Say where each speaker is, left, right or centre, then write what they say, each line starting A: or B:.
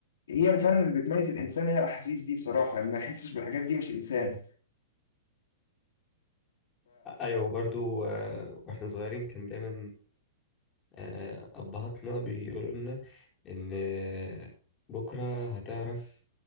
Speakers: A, on the left; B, on the left.
A: هي اللي فعلا اللي بتميز الإنسان هي الأحاسيس دي بصراحة اللي ما يحسش بالحاجات دي مش إنسان
B: ايوه برضو آه، واحنا صغيرين كان دايما آه، أبهاتنا بيقولوا لنا إن آه، بكرة هتعرف